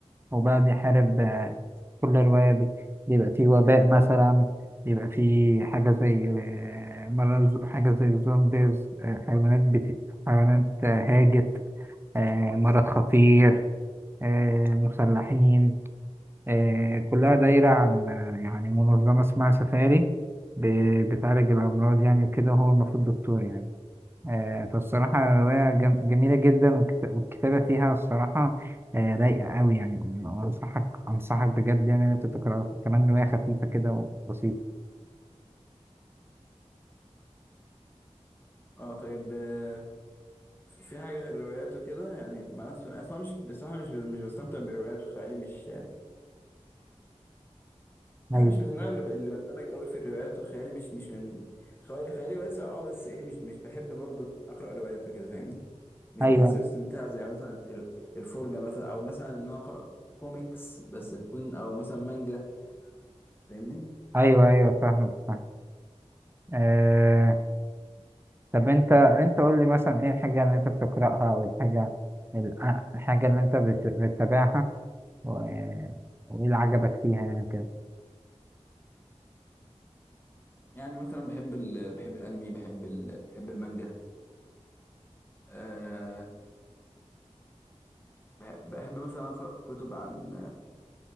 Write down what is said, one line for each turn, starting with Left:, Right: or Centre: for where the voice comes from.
Right: وبقى بيحارب آه، كل رواية بي- بيبقى فيه وباء مثلا بيبقى فيه حاجة زي آه، مرض حاجة زي الزومبيز آه، حيوانات بت... حيوانات آه، هاجت آه، مرض خطير آه، مسلحين آه، كلها دايرة عن آه، يعني منظمة اسمها سفاري ب- بتعالج الأمراض يعني وكده هو المفروض دكتور يعني آه، فالصراحة رواية جم- جميلة جدا والكت- والكتابة فيها الصراحة آه، رايقة أوي يعني وأنصحك أنصحك بجد يعني إن أنت تقراها كمان رواية خفيفة كده وبسيطة
Left: اه طيب آه، في حاجه غير الروايات وكده يعني مع أس- اصلا مش بصراحه مش مش بستمتع بالروايات وخيالي مش يعني
Right: أيوه
Left: مش من النوع اللي ب- اللي بندمج قوي في الروايات وخيالي مش مش من خيالي خيالي واسع اه بس ايه مش مش بحب برضه اقرا روايات وكده فاهمني مش
Right: أيوه
Left: بحس باستمتاع زي مثلا ال- الفرجة مثلا او مثلا ان انا اقرا كوميكس بس تكون او مثلا مانجا فاهمني
Right: أيوه أيوه فاهمك فاهم أه طب أنت أنت قول لي مثلا إيه الحاجة اللي أنت بتقرأها أو الحاجة ال- الحاجة اللي أنت بت- بتتابعها و- وإيه اللي عجبك فيها يعني كده
Left: يعني مثلا بحب ال... بحب الانمي بحب ال... بحب المانجا أه بح- بحب مثلا اقرا كتب عن